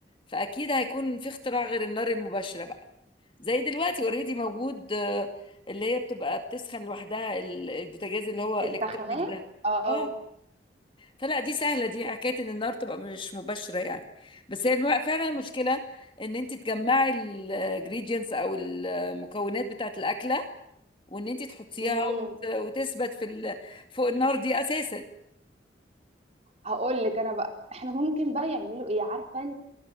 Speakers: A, on the left (about 30°); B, on the right (about 35°).
A: فاكيد هيكون في اختراع غير النار المباشره بقى زي دلوقتي اوريدي موجود آه، اللي هي بتبقى بتسخن لوحدها ال- البوتاجاز اللي هو
B: السخانات
A: الكترونيك ده
B: اه
A: اه فلا دي سهله دي حكايه ان النار تبقى مش مباشره يعني بس هي الم- فعلا المشكله ان انت تجمعي الجريدينتس او المكونات بتاعه الاكله وان انت تحطيها
B: امم
A: وت- وتثبت في ال- فوق النار دي اساسا
B: هقول لك انا بقى احنا ممكن بقى يعملوا ايه عارفة انت